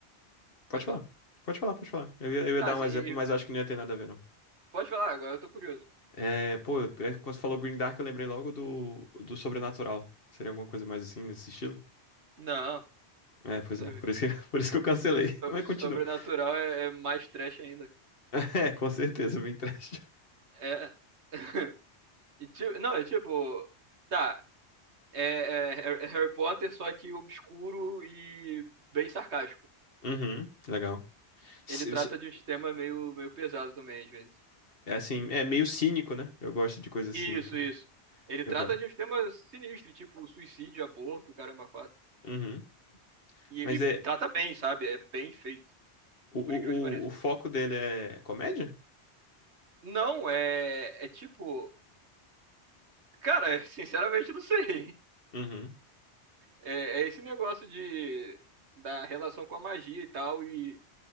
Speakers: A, on the left; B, on the right.
A: pode
B: pode
A: falar.
B: falar.
A: Pode falar, pode falar. Eu ia, eu ia
B: Tá,
A: dar
B: assim,
A: um exemplo,
B: e-
A: mas
B: e-
A: acho que não ia ter nada a ver, não.
B: pode falar agora, eu tô curioso.
A: É, pô, é, quando você falou Green Dark, eu lembrei logo do, do Sobrenatural. Seria alguma coisa mais assim, nesse estilo?
B: Não,
A: É, pois
B: não deve.
A: é. Por isso que, <laughs> por isso que eu cancelei. <laughs>
B: So-
A: Mas continua.
B: Sobrenatural
A: <laughs>
B: é, é mais trash ainda.
A: É, com certeza, bem trash.
B: É. <laughs> E ti- não, é tipo. Tá. É, é- é Harry Potter, só que obscuro e bem sarcástico.
A: Uhum, legal.
B: Ele
A: Se-
B: trata
A: se-
B: de uns temas meio, meio pesado também, às vezes.
A: É assim, é meio cínico, né? Eu gosto de coisa cínica.
B: Isso, isso. Ele
A: Eu
B: trata
A: gosto.
B: de uns temas sinistros, tipo suicídio, aborto, caramba, quatro.
A: Uhum.
B: E,
A: Mas é
B: e trata bem, sabe? É bem feito,
A: o,
B: por incrível que pareça.
A: o, o o foco dele é comédia?
B: Não, é. É tipo. Cara, <laughs> sinceramente, não sei.
A: Uhum.
B: É, é esse negócio de, da relação com a magia e tal, e,